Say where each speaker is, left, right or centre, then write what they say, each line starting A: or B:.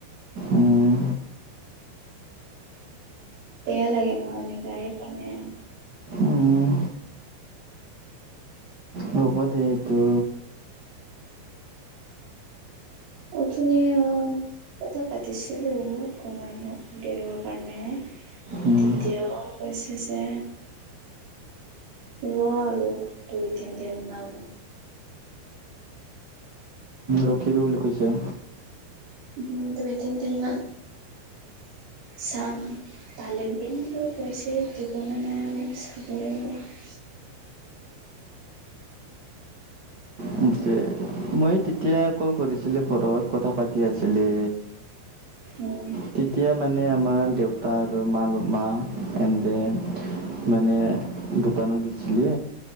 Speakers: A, on the right (about 40°); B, on the right (about 85°).
A: উম,
B: বেয়া লাগে ন এনেকা সেইকাৰণে।
A: উম হ'ব দে এইটো।
B: অথনি অ। কথা পাতিছিলো অকমান দেৰৰ কাৰণে।
A: উম,
B: তেতিয়া কৈছে যে। ৰ আৰু দুই তিনদিন মান।
A: ৰখিব বুলি কৈছে।
B: উম দুই তিনদিন মান চাম। পালে দিম বুলি কৈছে দিব না নাই আৰু চাব লাগিব।
A: উম, তে- মই তেতিয়া কল কৰিছিলো ঘৰত কথা পাতি আছিলি।
B: উম।
A: তেতিয়া মানে আমাৰ দেউতা আৰু মা মা। এন্তে মানে দোকানত গেছিলে।